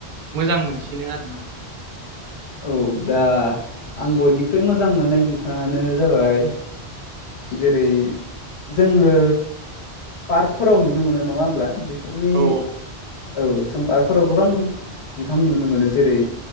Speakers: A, on the right; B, on the left.
A: मोजां मोनसिनो आरो ना
B: औ दा आं बयनिख्रुइ मोजां मोननाय बिफाङानो जाबाय जेरै जोङो पार्कफोराव नुनो मोनो नङा होमब्ला बे फोरनि
A: औ
B: औ जों पार्कफोराव गोबां बिफां नुनो मोनो जेरै